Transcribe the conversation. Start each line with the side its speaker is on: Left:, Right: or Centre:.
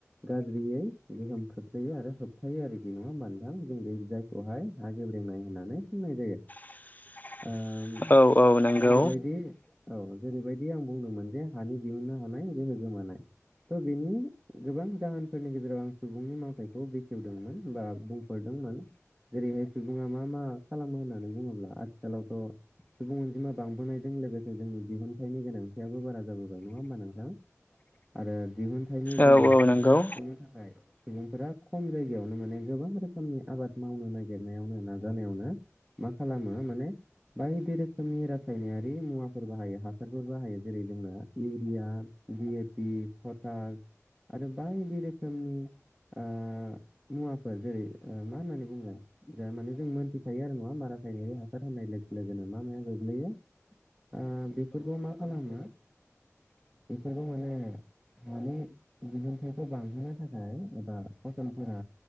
Right: गाज्रियै गोहोम खोख्लैयो आरो होबथायो आरोखि नङा होनबा नोथां जों बे जायखौहाय हा गे ब्रेंनाय होननानै बुंनाय जायो।
Left: <unintelligible>
Right: उम
Left: औ औ नंगौ
Right: ओरैबायदि बायदि औ जेरैबायदि आं बुंदोंमोन जे हानि दिहुननो हानाय गोहो गोमानाय थ' बेनि गोबां जाहोनफोरनि गेजेराव आं सुबुंनि मावथायखौ बेखेवदोंमोन बा बुंफोरदों मोन जेरैहाय सुबुङा मा-मा खालामो होननानै बुङोब्ला आथिखालावथ' सुबुं अनजिमा बांबोनायजों लोगोसे जोंनि दिहुनथाइनि गोनांथियाबो बारा जाबोबाय नङा होमबा नोंथां? आरो दिहुनथाइनि गोनांथिखौ
Left: औ औ नंगौ
Right: सुफुंनो थाखाय-' सुबुंफोरा खम जायगायावनो माने गोबां रोखोमनि आबाद मावनो नागिरनायावनो नाजानायावनो मा खालामो माने बायदि रोखोमनि रासायनारि मुवाफोर बाहायो हासारफोर बाहायो जेरै जोंनो इउरिया दिपि, फथास आरो बायदि रोखोमनि ओ मुवाफोर जेरै ओ मा होननानै बुंगोन जा माने जों मोनथिखायो आरो नङा होनबा रा सायनारि हा सार होननाय लोगो-लोगोनो मा-माया गोग्लैयो ओ बेफोरखौ मा खालामो। बेफोरखौ माने माने दिहुनथाइखौ बांहोनो थाखाय एबा फसलफोरा